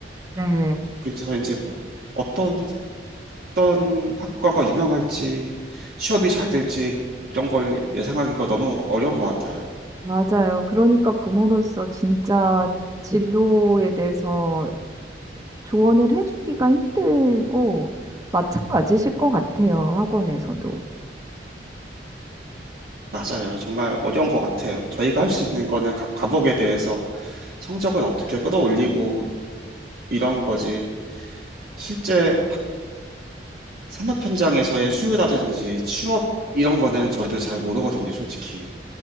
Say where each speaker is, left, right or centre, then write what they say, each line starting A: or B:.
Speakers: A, on the right; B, on the right.
A: 네,
B: 그래서 이제 뭐 어떤 어떤 학과가 유명할지 취업이 잘 될지 이런 걸 예상하기가 너무 어려운 것 같아요.
A: 맞아요. 그러니까 부모로서 진짜 진로에 대해서 조언을 해주기가 힘들고, 마찬가지실 것 같아요. 학원에서도.
B: 맞아요. 정말 어려운 것 같아요. 저희가 할 수 있는 거는 각 과목에 대해서 성적을 어떻게 끌어올리고 이런 거지. 실제 산업 현장에서의 수요라든지 취업 이런 거는 저희도 잘 모르거든요, 솔직히.